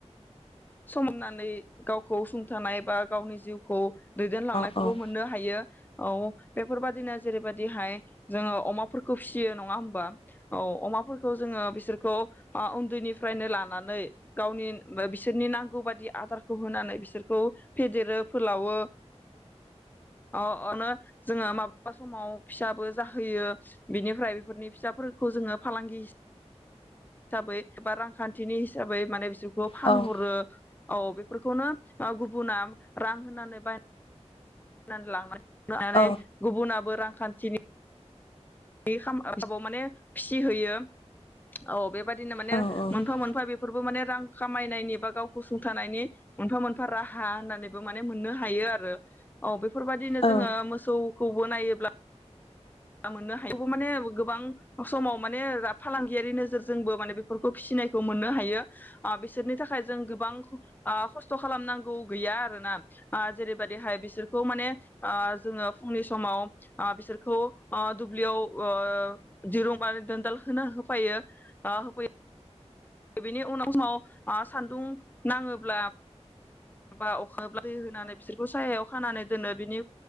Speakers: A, on the left; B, on the left.
A: समनानै गावखौ सुंथानाय बा गावनि जिउखौ दैदेनलांनायखौबो
B: औ
A: मोननो हायो औ। बेफोरबादिनो जेरैबायदिहाय जोङो अमाफोरखौ फिसियो नङा होमबा? औ अमाफोरखौ जोङो बिसोरखौ उन्दैनिफ्रायनो लानानै गावनि बिसोरनि नांगौ बादि आदारखौ होनानै बिसोरखौ फेदेरो फोलावो अ अनो जोङो माबा अबेबा समाव फिसाबो जाहोयो, बिनिफ्राय बेफोरनि फिसाफोरखौ जोङो फालांगि हिसाबै बा रांखान्थिनि हिसाबै माने बिसोर फानहरो
B: औ
A: औ बे फोरखौनो गुबुना रां होनानै बाय <unintelligible> नानै
B: औ
A: गुबुनाबो रांखान्थिनि <unintelligible> माने फिसिहोयो औ बेबायाददिनो माने
B: औ नंगौ औ
A: मोनफा
B: औ
A: मोनफा बेफोरबो माने रां खामायनायनि बा गावखौ सुंथानायनि मोनफा मोनफा राहा होननानैबो माने मोननो हायो आरो औ बे बेफोरबायदिनो
B: औ
A: जोङो मोसौखौबो नायोब्ला मोननो हायो। माने गोबां समाव माने फालांगियारि नोजोरजोंबो माने बेफोरखौ फिसिनायखौ मोननो हायो ओ बिसोरनि थाखाय जों गोबां ओ खस्थ' खालामनांगौ गैया आरोना ओ जेरैबाय बेहाय बिसोरखौ माने ओ जोङो फुंनि समाव ओ बिसोरखौ ओ दुब्लियाव ओ दिरुं बा दोनदाल होनो होफैयो ओ होफैयो बेनि उनाव समाव ओ सान्दुं नाङोब्ला बा अखाब्ला दै होनानै बिसोरखौ सायायाव खानानै दोनो बिनि